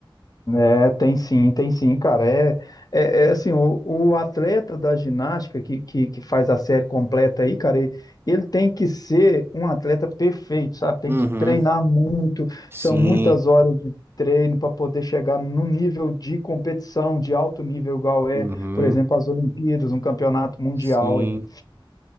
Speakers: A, on the left; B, on the right.
A: É, tem sim, tem sim, cara. É, é, é assim, o, o atleta da ginástica que, que, que faz a série completa aí, cara, ele, ele tem que ser um atleta perfeito, sabe? Tem
B: Uhum.
A: que treinar muito,
B: Sim.
A: são muitas horas de treino para poder chegar no nível de competição, de alto nível, igual é,
B: Uhum.
A: por exemplo, as Olimpíadas, um campeonato mundial
B: Sim.
A: aí.